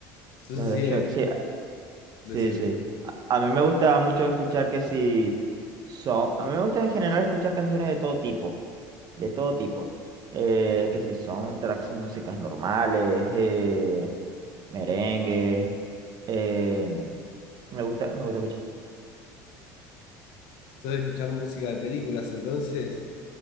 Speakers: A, on the left; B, on the right.
A: Eso
B: Los
A: sí
B: de Shrek,
A: es.
B: sí,
A: Decime.
B: sí, sí. A, a mí me gusta mucho escuchar que si son. A mí me gusta en general escuchar canciones de todo tipo. De todo tipo. Eh, que si son tracks, músicas normales, eh, merengue. eh, me gusta, me gusta escuchar.
A: Sos de escuchar música de películas, entonces.